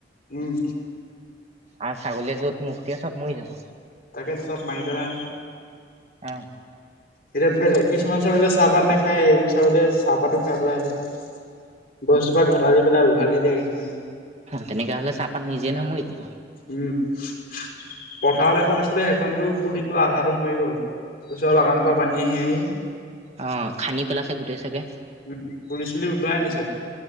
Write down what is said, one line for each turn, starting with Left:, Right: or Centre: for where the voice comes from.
Left: উম
Right: আৰু ছাগলীয়ে য'ত মুক্ত দিয়া চাপ মৰি যাব।
Left: তাকেতো চব মাই পেলাই
Right: অ
Left: এতিয়া বেলেগ কিছুমান ছাগলীয়ে চাহপাত নাখায় এইবোৰ ছাগলীয়ে চাহপাতো খাই পেলাই আৰু। গছজোপা ঘটালি পেলাই উঘালি দিয়া কিছুমানে।
Right: তেনেকা হলে চাহপাত নিজে নহয় মৰি যাব
Left: উম পথাৰত এখন আছিলে সেইখনতো পুলিটো আধাটো মৰি গ'ল। দুচৰা বাগানৰ পৰা পানী আহি আহি
Right: অ খান্দি পেলাইছে গোটেই চাগে।
Left: উম পুলি চুলি উটুৱাই নিছে